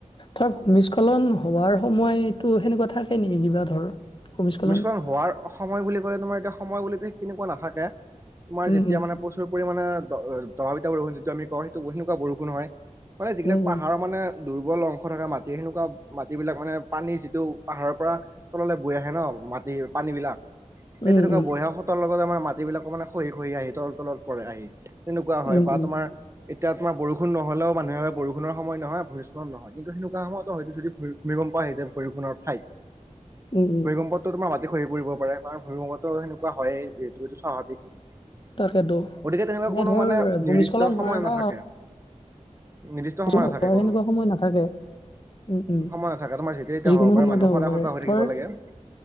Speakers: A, on the left; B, on the right.
A: ধৰ ভূমিস্খলন হোৱাৰ সময়তটো সেনেকুৱা থাকে নেকি কিবা ধৰ, ভূমিস্খলন
B: ভূমিস্ন হোৱাৰ সময় বুলি কলে তোমাৰ এতিয়া সময় বুলিক কেনেকুৱা নাথাকে তোমাৰ
A: উম
B: যেতিয়া
A: উম
B: মানে প্ৰচুৰ পৰিমাে অ দবাত বৰষণ যিটো আমি কওঁ সেইটো স তেনেকুৱা বৰষুণ হয়। মানে যিবিলাক
A: উম
B: পাহাৰৰ মানে দুৰ্বল অংশ থকা মাটিৰ সেনেকুৱা মাটিবিলাক মানে পানীৰ যিটো পাহাৰৰ পৰা তললৈ বৈ আহে ন মাটি পানী বিলাক এই
A: উম
B: তেনেকুৱা
A: উম উম
B: বৈ আহা তাৰ লগতে মানে মাটিব বিলাকো মানে খহি খহি আহি তল তলত পৰে আহি তেনেকুৱা হয়
A: উম
B: বা
A: উম
B: তোমাৰ এতিয়া তোমাৰ বৰষুন নহলেও মানুহে বৰষুণৰ সময় নহয় ভূম্ল নহয় কিন্তু সেনেকুৱা সময়তো হয়তো যদি ভূমিকম্প আহিছে বৰষুনৰ ঠাইত।
A: <unintelligible> উম
B: ভূমিকম্পটো তোমাৰ মাটি খহি পৰি কৰিব পাৰে কাৰণ ভূমিকম্পতটো সেনেকুৱা হয়য়েই যিহেতু এইটো স্বাভাৱিক।
A: তাকেতো
B: গতিকে তেনেকুৱা কোনো
A: ধৰ
B: মানে
A: ভূমিস্খলন
B: নিৰ্দিষ্ট
A: হোৱাৰ
B: সময়
A: এটা
B: নাথাকে। নিৰ্দিষ্ট সময়
A: হোৱাৰ
B: নাথাকে কোনো।
A: সেনেকুৱা সময় নাথাকে উম উম
B: সময় নাথাকে তোমাৰ যেতিয়া তেতিয়া
A: যিকোনো
B: হব পাৰে
A: সময়তে
B: মানুহ
A: হ'ব
B: সদা
A: পাৰে
B: সজা হৈ থাকিব
A: ধৰ
B: লাগে।